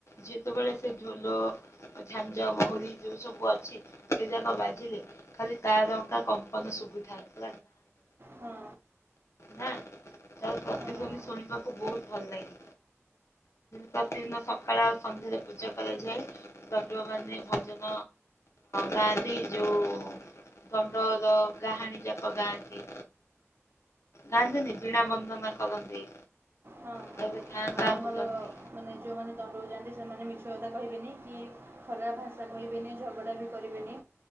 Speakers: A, on the left; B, on the right.
A: ଯେତେବେଳେ ସେ ଝୋଲ ଝାଞ୍ଜ ମହୁରି ଯୋଉ ସବୁ ଅଛି ସେ ଯା ବାଜିଲେ ଖାଲି ତା ଟଙ୍କା କମ୍ପନ ଶୁବୁଥାଏ ପ
B: ହଁ
A: ନା ତାର ପ୍ରତିଧ୍ଵନି
B: ହଁ
A: ଶଣିବାକୁ ବହୁତ୍ ଭଲ ଲାଗେ। ପ୍ରତିଦିନ ସକାଳେ ଆଉ ସନ୍ଧ୍ୟାରେ ପୂଜା କରାଯାଏ। ଦଣ୍ଡୁଆ ମାନେ ଭଜନ ଗାଆ ଆଦି ଯେଉଁ ଗଣ୍ଡଦ ଗାହାଣୀଯାକ ଗାଆନ୍ତି। ଗାନ୍ଧିନୀ ବୀଣା ବନ୍ଦନା କରନ୍ତି।
B: ହଁ
A: ତାପରେ ଗାଁ
B: ଆଉ
A: ଗାଁ
B: ଆମର
A: ବୁଲନ୍ତି
B: ମାନେ ଯେଉଁମାନେ ଦଣ୍ଡକୁ ଯାଆନ୍ତି ସେମାନେ ମିଛ କଥା କହିବେନି କି ଖରାପ ଭାଷା ଭାଶା କହିବେିନି ଝଗଡ଼ା ବି କରିବେନି